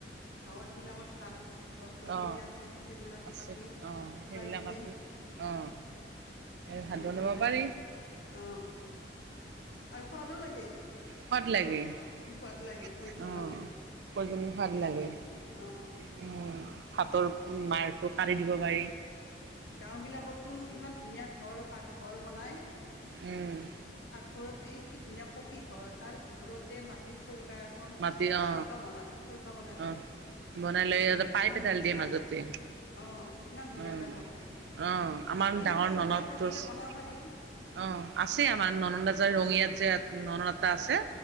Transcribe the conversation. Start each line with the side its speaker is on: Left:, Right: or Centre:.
Left: গাঁৱত বিলাকত ভাল গছ গছনি
Right: অ
Left: আছে সেইবিলাক
Right: আছে
Left: কাটি
Right: অ
Left: শুকাই
Right: সেইবিলাক
Left: কিনে
Right: অ এই ভাত
Left: বনোৱা
Right: বনাব
Left: যায়
Right: পাৰি
Left: অ আৰু সোৱাদো লাগে
Right: সোৱাদ লাগে অ
Left: সোৱাদ লাগে খৰিত বনালে
Right: প্ৰজন সোৱাদ
Left: গেছত
Right: লাগে আহ
Left: অ
Right: ভাতৰ মাৰটো কাৰি দিব পাৰি
Left: গাঁও বিলাকো ইমান ধুনীয়া ঘৰ পাকঘৰ বনাই
Right: উম
Left: ঘৰত এই কি ধুনীয়া পকী ঘৰ তাৰ ভিতৰতে মাটি চৌক আ খন
Right: মাটি অ
Left: চৌকা বনা চৌকা বনাই
Right: অ
Left: লয়
Right: বনাই লৈ
Left: ইমান
Right: পাইপ
Left: ইমান
Right: এডাল
Left: ধুনীয়া
Right: দিয়ে মাজতে
Left: অ ইমান ধুনীয়াকৈ
Right: উম
Left: বনাই।
Right: অ আমাৰ
Left: তেনেকুৱা
Right: ডাঙৰ
Left: সুবিধা
Right: ননদটো
Left: থাকিলে
Right: অ
Left: বনাব পাৰিল
Right: আছে আমাৰ ননদ আছে ৰঙিয়াত যে ননদ এটা আছে